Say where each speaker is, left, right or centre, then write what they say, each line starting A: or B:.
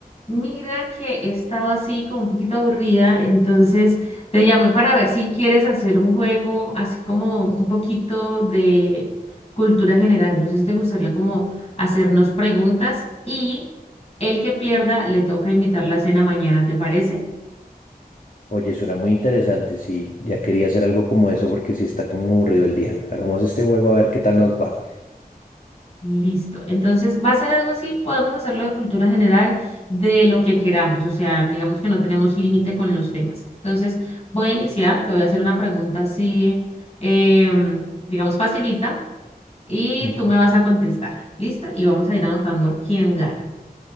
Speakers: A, on the left; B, on the left.
A: Mira que he estado así como un poquito aburrida, entonces te llamé para ver si quieres hacer un juego así como un poquito de cultura general. No sé si te gustaría como hacernos preguntas y el que pierda le toca invitar la cena mañana, ¿te parece?
B: Oye, suena muy interesante, sí. Ya quería hacer algo como eso porque sí está como aburrido el día. Hagamos este juego a ver qué tal nos va.
A: Listo. Entonces va a ser algo así, podemos hacerlo de cultura general, de lo que queramos, o sea, digamos que no tenemos límite con los temas. Entonces voy a iniciar, te voy a hacer una pregunta así, em, digamos, facilita, y
B: Mm,
A: tú me vas a contestar. ¿Listo? Y vamos a ir anotando quién gana.